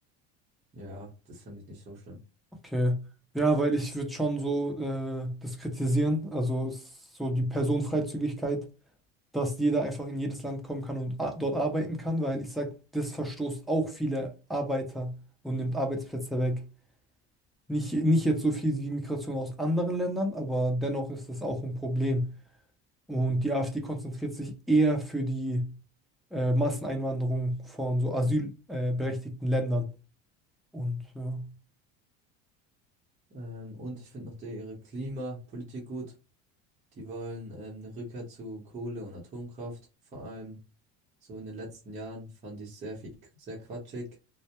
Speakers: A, on the right; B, in the centre.
A: Ja, das finde ich nicht so schlimm.
B: Okay. Ja, weil ich würde schon so äh, das kritisieren, also s- so die Personenfreizügigkeit, dass jeder einfach in jedes Land kommen kann und a- dort arbeiten kann, weil ich sag, das verstoßt auch viele Arbeiter und nimmt Arbeitsplätze weg. Nicht, nicht jetzt so viel wie Migration aus anderen Ländern, aber dennoch ist das auch ein Problem. Und die AfD konzentriert sich eher für die äh, Masseneinwanderung von so asylberechtigten äh, berechtigten Ländern. Und ja,
A: Ähm, und ich finde noch die, ihre Klimapolitik gut. Die wollen ähm, eine Rückkehr zu Kohle und Atomkraft, vor allem. So in den letzten Jahren fand ich sehr viel, sehr quatschig,